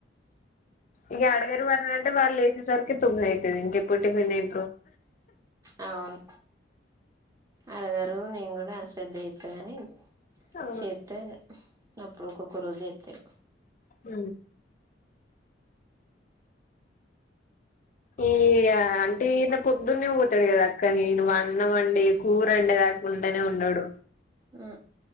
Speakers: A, on the left; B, on the right.
A: ఇగ అడగరు అంటే వాళ్లు లేసే సార్కి తొమ్మిది అయితేది ఇంకేపోయదు టిఫిన్ తిం
B: ఆ అవును అడగరు నేను కూడా అ శ్రద్ధ చేత్త గాని
A: ఆ
B: చేత్తే అప్పుడు ఒక్కొక్క రోజు చెత్తది
A: అ ఆ ఈ అంటే ఈయన పొద్దున్నే పోతాడు కదా అక్కని నే అన్నం అండి కూరండి దాక ఉంటనే ఉండడు
B: ఆ